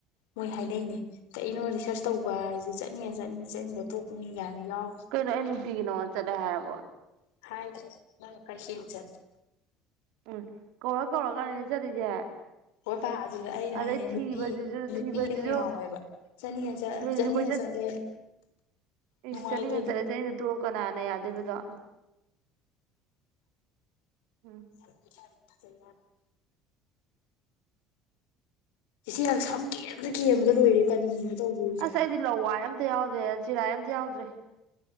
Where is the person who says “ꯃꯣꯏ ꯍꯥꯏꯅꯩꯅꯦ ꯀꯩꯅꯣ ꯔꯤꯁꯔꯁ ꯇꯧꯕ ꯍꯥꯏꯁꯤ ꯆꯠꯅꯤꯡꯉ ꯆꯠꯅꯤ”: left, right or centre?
Left